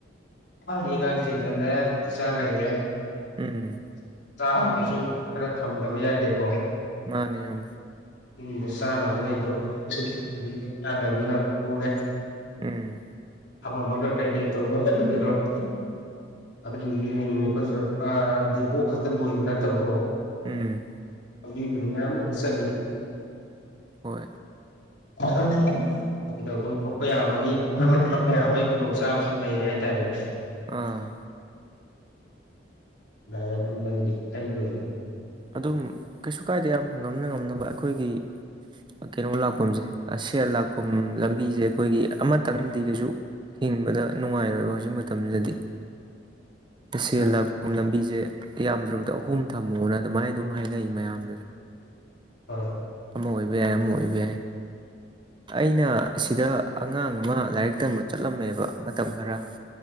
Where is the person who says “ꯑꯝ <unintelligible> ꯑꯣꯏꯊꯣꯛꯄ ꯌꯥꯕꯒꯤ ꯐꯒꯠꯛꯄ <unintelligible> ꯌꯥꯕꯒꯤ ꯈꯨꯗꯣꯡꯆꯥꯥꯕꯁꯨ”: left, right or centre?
Left